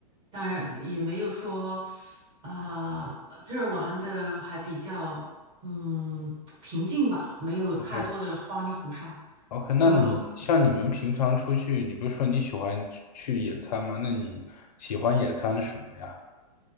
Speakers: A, on the right; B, on the left.
A: 当然也没有说啊、呃，就是玩的还比较嗯平静吧，没有太多的花里胡哨，
B: ？OK
A: 啊
B: OK，那你像你们平常出去，
A: 就。
B: 你不是说你喜欢去去野餐吗？那你喜欢野餐的什么呀